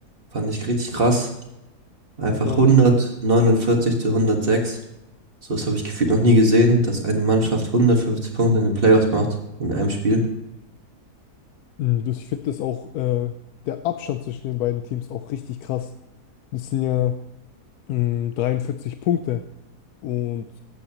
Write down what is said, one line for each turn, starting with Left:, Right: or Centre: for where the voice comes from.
Right: fand ich richtig krass. Einfach
Left: Ich auch.
Right: 149 zu 106. So was habe ich gefühlt noch nie gesehen, dass eine Mannschaft hundertfünfzig Punkte in den Playoffs macht, in einem Spiel.
Left: Mhm. Das, ich finde das auch, äh, der Abstand zwischen den beiden Teams auch richtig krass. Das sind ja mh, 43 Punkte. Und